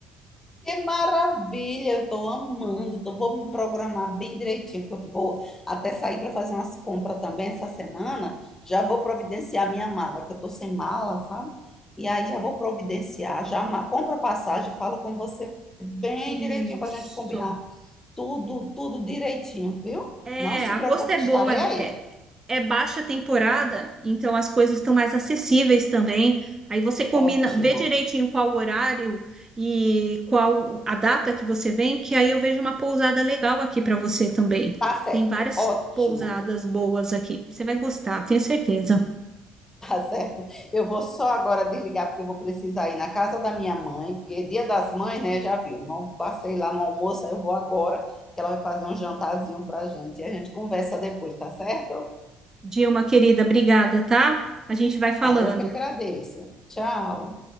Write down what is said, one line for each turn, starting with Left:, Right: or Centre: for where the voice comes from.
Left: Que maravilha, eu estou amando. Então vou me programar bem direitinho, porque eu vou até sair para fazer umas compras também essa semana. Já vou providenciar minha mala, que eu estou sem mala, sabe? E aí já vou providenciar, já ma- compro a passagem, falo com você bem
Right: Isso.
Left: direitinho para a gente combinar tudo, tudo direitinho, viu?
Right: É,
Left: Não se
Right: agosto
Left: preocupe,
Right: é
Left: estarei
Right: bom, é,
Left: aí.
Right: é, é baixa temporada, então as coisas estão mais acessíveis também. Aí você combina,
Left: Ótimo.
Right: vê direitinho qual o horário e qual a data que você vem, que aí eu vejo uma pousada legal aqui para você também.
Left: Tá certo,
Right: Tem várias
Left: ótimo.
Right: pousadas boas aqui. Você vai gostar, tenho certeza.
Left: <laughs> Tá certo? Eu vou só agora desligar, porque eu vou precisar ir na casa da minha mãe, porque é dia das mães, né? Já viu. Não passei lá no almoço, aí eu vou agora, que ela vai fazer um jantarzinho pra gente. E a gente conversa depois, tá certo?
Right: Dilma, querida, obrigada, tá? A gente vai falando.
Left: Tá, eu que agradeço. Tchau.